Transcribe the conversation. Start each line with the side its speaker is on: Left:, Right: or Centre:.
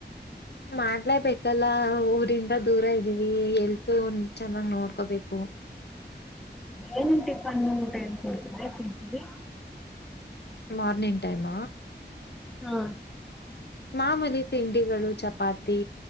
Left: ಮಾಡ್ಲೇಬೇಕಲ್ಲ ಊರಿಂದ ದೂರ ಇದ್ದೀವಿ ಎಲ್ಲಿ ಓ ಅವ್ರನ ಚೆನ್ನಾಗ್ ನೋಡ್ಕೋಬೇಕು.
Centre: ಏನ್ ಟಿಫನ್ ಊಟ ಎಲ್ಲ ಕೊಡ್ತಾರೆ? ಪೀಜಿಲಿ,
Left: ಮಾರ್ನಿಂಗ್ ಟೈಮ?
Centre: ಹಾ
Left: ಮಾಮೂಲಿ ತಿಂಡಿಗಳು, ಚಪಾತಿ